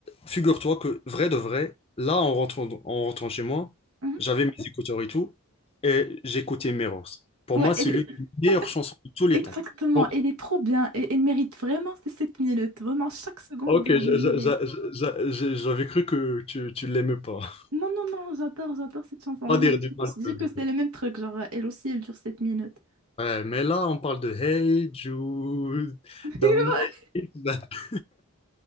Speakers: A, on the left (about 25°); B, on the right (about 75°).
A: figure-toi que vrai de vrai, là en rentrant, en rentrant chez moi,
B: Mhm.
A: j'avais mes écouteurs et tout, et j'écoutais Mirrors. Pour
B: Ouais,
A: moi, c'est
B: elle-
A: l'une des meilleures chansons
B: <laughs>
A: de tous les
B: exactement.
A: temps. Donc,
B: Elle est trop bien. Et elle mérite vraiment ces 7 minutes. Vraiment, chaque seconde
A: Ok,
B: elle
A: j'a-
B: mérite.
A: j'a- j'a- j'a- j'a- j'avais cru que tu, tu l'aimais pas. <laughs>
B: Non, non, non, j'adore, j'adore cette chanson.
A: Pas
B: Je
A: dire
B: je
A: du mal
B: me suis dit
A: de...
B: que
A: de-
B: c'est
A: de-
B: le même truc. Genre, euh, elle aussi, elle dure sept minutes.
A: ouais, mais là, on parle de Hey Jude,
B: <laughs>
A: don't make
B: Ouais.
A: it <laughs>